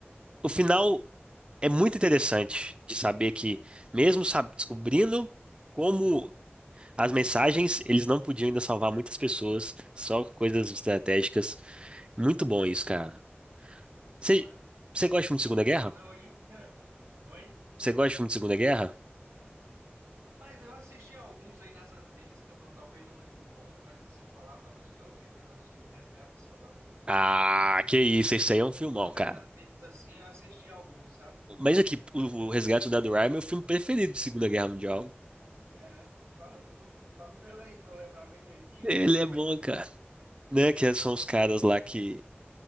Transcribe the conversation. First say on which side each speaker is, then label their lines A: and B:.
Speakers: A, on the right; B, on the right.
A: O final é muito interessante de saber que, mesmo sab- descobrindo. Como As mensagens, eles não podiam ainda salvar muitas pessoas, só coisas estratégicas. Muito bom isso, cara. Você
B: Imagina
A: você gosta de filme de Segunda
B: só,
A: Guerra?
B: né? Hoje em dia. Oi?
A: Você gosta de filme de Segunda Guerra?
B: Rapaz, eu assisti alguns aí nas antigas, que eu não- talvez não lembro do nome, mas se você falar, talvez que eu lembre. Eu acho O Resgate do Soldado Ryan,
A: Ah,
B: aqueles
A: que isso, esse aí é um filmão, cara.
B: mais antigos assim, eu assisti alguns, sabe?
A: Mas aqui, o, o Resgate do Soldado Ryan é meu filme preferido de Segunda Guerra Mundial.
B: E é. Fala, fala dele aí pra eu lembrar bem direitinho,
A: Ele
B: porque faz.
A: é bom, cara. Né, que são os caras lá que